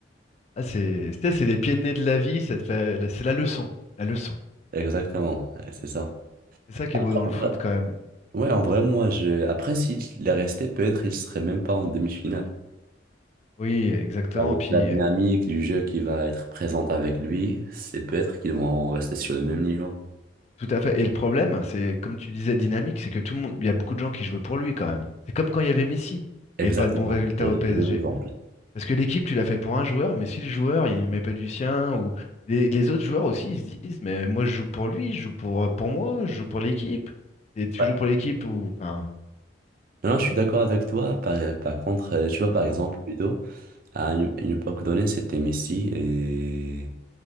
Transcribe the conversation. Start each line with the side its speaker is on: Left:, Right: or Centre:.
Left: Ah, c'est tu sais, c'est les pieds de nez de la vie, ça te fait- c'est la leçon. La leçon.
Right: Exactement, ouais, c'est ça.
Left: C'est ça qui
Right: Après,
Left: est beau dans le
Right: en vrai-
Left: foot quand même.
Right: ouais, en vrai, moi, je... Après, s'il est resté, peut-être il serait même pas en demi-finale.
Left: Oui, exactement.
Right: Avec
Left: Puis
Right: la dynamique du jeu qui va être présente avec lui, c'est peut-être qu'ils vont rester sur le même niveau.
Left: Tout à fait. Et le problème, c'est, comme tu disais, dynamique, c'est que tout le monde, il y a beaucoup de gens qui jouaient pour lui quand même. C'est comme quand il y avait Messi.
Right: Exactement,
Left: Il n'y avait pas de bons résultats
Right: j'allais
Left: au
Right: dire
Left: PSG.
Right: le même exemple.
Left: Parce que l'équipe, tu l'as fait pour un joueur, mais si le joueur, il met pas du sien, ou les, les autres joueurs aussi, ils se disent, mais moi, je joue pour lui, je joue pour, pour moi, je joue pour l'équipe. Et tu
Right: Ouais.
Left: joues pour l'équipe ou, enfin,
Right: Non, je suis d'accord avec toi. Par, par contre, euh, tu vois, par exemple, plutôt, à une, une époque donnée, c'était Messi. Et